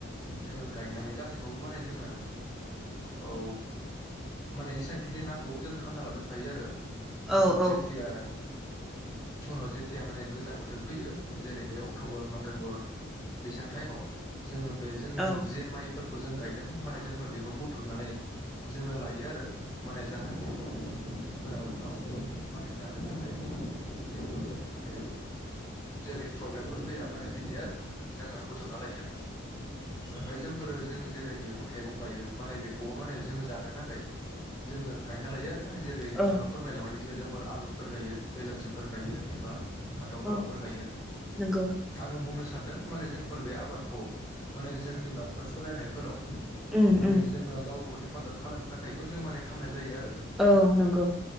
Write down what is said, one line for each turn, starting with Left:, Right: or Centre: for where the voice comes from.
Left: जोङो गायनानै गासैखौबो माने जोङो औ माने जेसांखिनि नांगौ जों खालामना लाजोबखायो आरो
Centre: औ
Left: उनावजिथिया
Centre: औ
Left: उनाव जेथिया माने गोजां बोथोर फैयो जेरैहाय अक्ट'बर नभेम्बर बेसेबां टाइमाव जोङो बे जोङो
Centre: औ
Left: जे माइ फोरखौ जों गायदों माने जोंफोर बे बेखौ बुथुमनानै जोङो लायो आरो माने जाहाथे जोंफोरा उनाव माने जानो थाखाय जेबो माने जेरै प्रब्लेमफोर फैया माने बिदि आरो जोङो बुथुमना लायो ओमाय जों फोरो जोङो जेरै मैगं थाइगं गायो माने बेखौबो माने जों जानो थाखाय जोङो गायना लायो आरो जेरै
Centre: औ
Left: नोंथाङा
Centre: औ
Left: फोरमायलांबाय <unintelligible> आलु फोर गायो बेलाथिफोर गायो एबा फान्थाव गोलावफोर
Centre: औ
Left: गायो
Centre: नंगौ
Left: आङो बुंनोसै सानदों माने जोंफोर बे आबादखौ माने जोंनि न'खर सलायनायफोराव
Centre: उम
Left: माने
Centre: उम
Left: जोङो गावखौ हे हेफाजाब खालामनो थाखायबो जों माने खालामनाय जायो आर
Centre: औ नंगौ